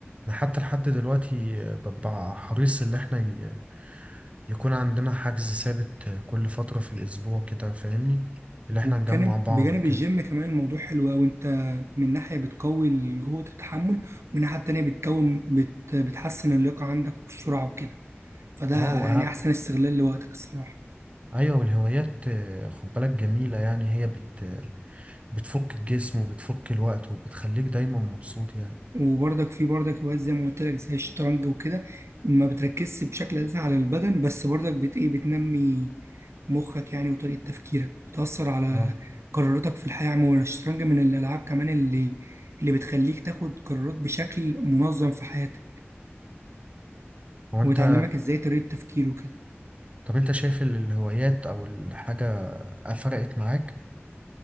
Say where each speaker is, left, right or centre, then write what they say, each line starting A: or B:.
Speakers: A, on the right (about 30°); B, on the right (about 85°).
A: انا حتى لحد دلوقتي آه، ببقى حريص ان احنا ي... يكون عندنا حجز ثابت آه، كل فترة في الاسبوع كده فاهمني اللي احنا
B: وبجانب
A: نجمع بعض
B: بجانب
A: وكده
B: الجيم كمان الموضوع حلو قوي انت من ناحيه بتقوي قوه التحمل ومن ناحيه تانية بتكون بت بتحسن اللياقه عندك والسرعه وكده فده
A: اه
B: يعني احسن استغلال لوقتك الصراحه
A: ايوه والهوايات آه، خد بالك جميله يعني هي بت بتفك الجسم وبتفك الوقت وبتخليك دايما مبسوط يعني
B: وبرضك في برضك هوايات زي ما قلت لك زي الشطرنج وكده ما بتركزش بشكل اساسي على البدن بس برضك بت ايه بتنمي مخك يعني وطريقة تفكيرك بتأثر على
A: اه
B: قراراتك في الحياة عموما الشطرنج من الألعاب كمان اللي اللي بتخليك تاخد قرارات بشكل منظم في حياتك
A: هو انت
B: وتعلمك ازاي طريقة تفكير وكده
A: طب انت شايف ال- الهوايات او الحاجه فرقت معاك